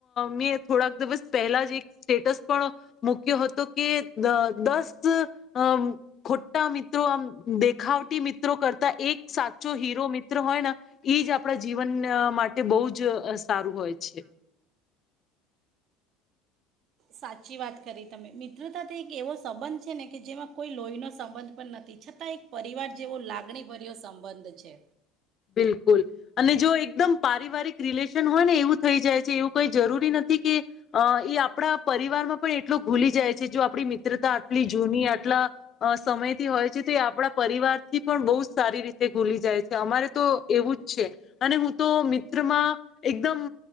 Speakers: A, on the left; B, on the right.
A: મેં થોડાક દિવસ પહેલા જ એક સ્ટેટસ પણ મૂકયુ હ તો કે દસ અ ખોટા મિત્રો આમ દેખાવટી મિત્રો કરતા એક સાચો હીરો મિત્ર હોય ને એ જ આપણા જીવન માટે બહુ જ સારું હોય છે.
B: સાચી વાત કરી તમે મિત્રતાથી એક એવો સંબંધ છે ને કે જેમાં કોઈ લોહીનો સંબંધ પણ નથી છતાં એક પરિવાર જેવો લાગણીભર્યો સંબંધ છે.
A: બિલકુલ અને જો એકદમ પારિવારિક રિલેશન હોય ને એવું થઈ જાય છે એવું કઈ જરૂરી નથી કે અ એ આપણા પરિવારમાં પણ એટલો ભૂલી જાય છે, જો આપણી મિત્રતા આટલી જૂની આટલા સમયથી હોય છે તો એ આપણા પરિવારથી પણ બહુ જ સારી રીતે ભૂલી જાય છે અમારે તો એવું જ છે અને હું તો મિત્રમાં એકદમ